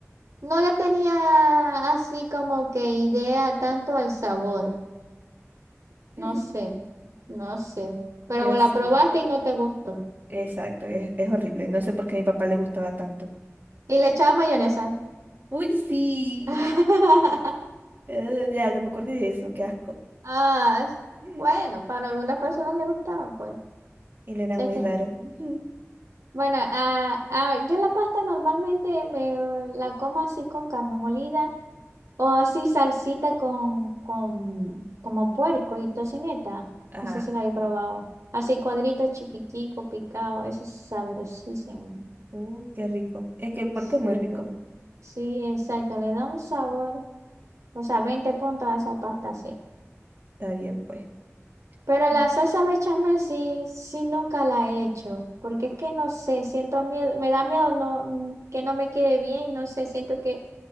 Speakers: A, on the right; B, on the right.
A: no le tenía así como que idea tanto al sabor, no
B: <laughs>
A: sé, no sé, pero
B: Ya
A: la
B: sí.
A: probaste y no te gustó.
B: Exacto, es, es horrible. No sé por qué a mi papá le gustaba tanto.
A: Y le echaba mayonesa.
B: Uy, sí.
A: <laughs>
B: Eh, ya, no me acuerdo de eso. Qué asco.
A: Ah, es-
B: Ujú.
A: bueno, para algunas personas le gustaba, pues,
B: Él era
A: sé
B: muy
A: que,
B: raro. Ujú.
A: bueno, ah, ah, yo la pasta normalmente me la como así con carne molida O así salsita con, con como puerco y tocineta.
B: Ajá.
A: No sé si la he probado. Así cuadritos chiquitico, picado. Eso es sabrosísimo.
B: Uh, qué rico. Es que el porco
A: Sí,
B: es muy rico.
A: sí, exacto. Le da un sabor. O sea, 20 puntos a esa pasta, sí.
B: Está bien, pues.
A: Pero la
B: Mm.
A: salsa bechamel sí, sí nunca la he hecho. Porque es que no sé, siento miedo, me da miedo no, mm, que no me quede bien y no sé, siento que...